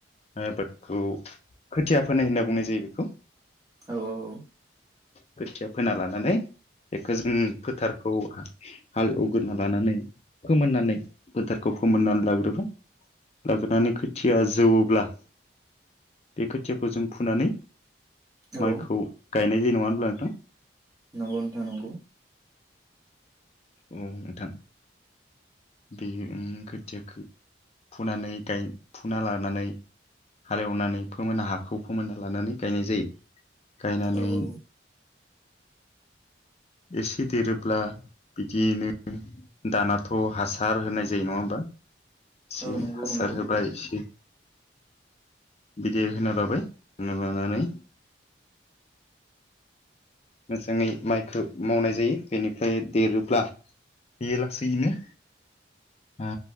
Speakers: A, on the left; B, on the right.
A: आबादखौ खोथिया फोनाय होनना बुंनाय जायो बेखौ।
B: औ औ औ
A: खोथिया फोना लानानै बेखौ जों फोथारखौ हालएवग्रोना लानानै फोमोननानै फोथारखौ फोमोननानै लाग्रोबाय लाग्रोनानै खोथिया जौ ब्ला बे खोथियाखौ जों फुनानै
B: औ
A: माइखौ गायनाय जायो नङा होनब्ला नोंथां।
B: नंगौ नोंथां नंगौ।
A: औ नोंथां बे ओम खोथियाखौ फुनानै गाय फुना लानानै हालेवनानै फोमोनना हाखौ फोमोनना लानानै गायनाय जायो। गायनानै
B: औ औ
A: एसे देरोब्ला बिदियैनो दानाथ' हासार होनाय जायो नङा होमबा। एसे
B: औ नंगौ
A: हासार
B: नंगौ
A: होबाय एसे बिदि होना लाबाय होना लानानै मोजाङै माइखो मावनाय जायो बेनिफ्राय देरोब्ला बेयो लासैनो ओ